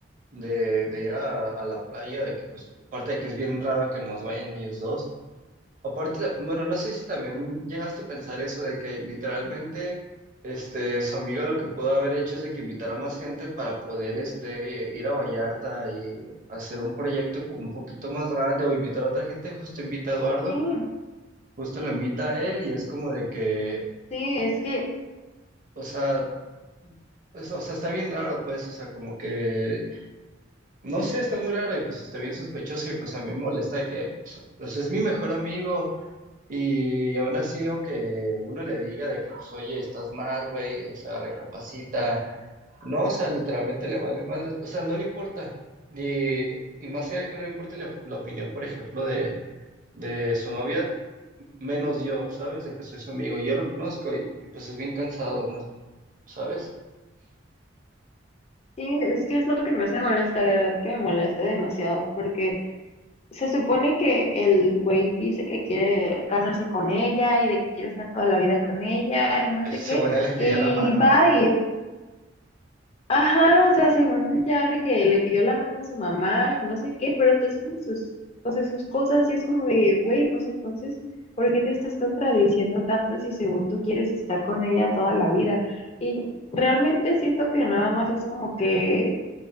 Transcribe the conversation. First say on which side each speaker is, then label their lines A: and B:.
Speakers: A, on the right (about 45°); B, on the left (about 35°).
A: de, de ir a, a la playa, de que pues, aparte de que es bien raro que nomás vayan ellos dos. Aparte, bueno, no sé si también llegaste a pensar eso de que literalmente, este, su amiga lo que pudo haber hecho es de que invitara a más gente para poder, este, eh, ir a Vallarta y hacer un proyecto como un poquito más grande o invitar a otra gente, justo invita a Eduardo,
B: Sí,
A: justo lo invita a él y es como de que...
B: sí, es que,
A: O sea, pues, o sea, está bien raro, pues, o sea, como que, no sé, está muy raro y pues está bien sospechoso y pues a mí me molesta de que, pues, pues, es mi mejor amigo y aún así, aunque uno le diga de que, pues, oye, estás mal, güey, o sea, recapacita, no, o sea, literalmente le vale madre, o sea, no le importa. Y, y más allá de que no le importe la, la opinión, por ejemplo, de, de su novia, menos yo, ¿sabes? De que soy su amigo, yo lo conozco y, y, pues es bien cansado, ¿no? ¿Sabes?
B: sí, es que es lo que me hace molestar, de verdad que me molesta demasiado porque se supone que el güey dice que quiere casarse con ella y de que quiere estar toda la vida con ella
A: <laughs>
B: y no
A: Ese
B: sé qué.
A: bueno le pidió
B: Y
A: la mano.
B: va
A: ¿ah?
B: y, ajá, o sea, según ya de que le pidió la mano a su mamá y no sé qué, pero está haciendo sus, o sea, sus cosas y es como de, güey, pues entonces, ¿por qué te estás contradiciendo tanto si según tú quieres estar con ella toda la vida? Y realmente siento que nada más es como que